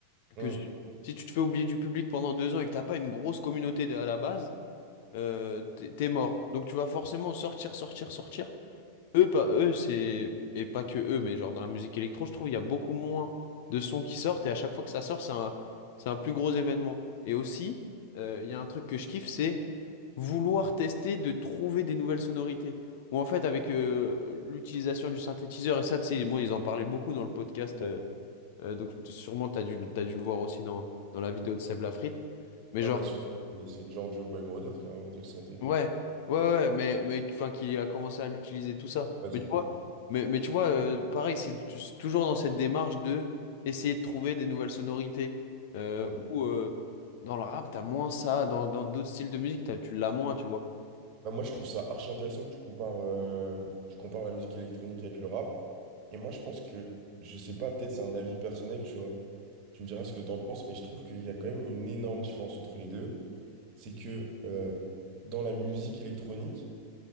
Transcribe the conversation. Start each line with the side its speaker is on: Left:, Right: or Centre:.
Right: Mm.
Left: que si si tu te fais oublier du public pendant deux ans et que t'as pas une grosse communauté à la base euh, t'es t'es mort. Donc tu vas forcément sortir, sortir, sortir. Eux, pas eux, c'est. Et pas que eux, mais genre dans la musique électro, je trouve il y a beaucoup moins de sons qui sortent et à chaque fois que ça sort, c'est un, c'est un plus gros événement. Et aussi, euh, il y a un truc que je kiffe, c'est vouloir tester de trouver des nouvelles sonorités. Ou en fait, avec euh, l'utilisation du synthétiseur, et ça, tu sais, moi, ils en parlaient beaucoup dans le podcast,
Right: Ouais.
Left: euh, euh, donc sûrement, t'as dû, t'as dû le voir aussi dans, dans la vidéo de Seb Lafrite. Mais
Right: Ouais,
Left: genre,
Right: bah, surtout, c'est c'est George Boymorder qui a inventé le synthé.
Left: Ouais, ouais, ouais, mais, mais enfin, qui a commencé à l'utiliser, tout ça.
Right: Ouais,
Left: Mais
Right: c'est
Left: tu vois,
Right: ça.
Left: mais, mais tu vois euh, pareil, c'est t- c'est toujours dans cette démarche de essayer de trouver des nouvelles sonorités. Euh,
Right: Mm.
Left: ou euh, dans le rap, t'as moins ça, dans, dans d'autres styles de musique, t'as, tu l'as moins, tu vois.
Right: Bah, moi, je trouve ça archi intéressant que tu compares, euh, tu compares la musique électronique avec le rap. Et moi, je pense que, je sais pas, peut-être c'est un avis personnel, tu vois. Tu me diras ce que t'en penses, mais je trouve qu'il y a quand même une énorme différence entre les deux. C'est que euh, dans la musique électronique,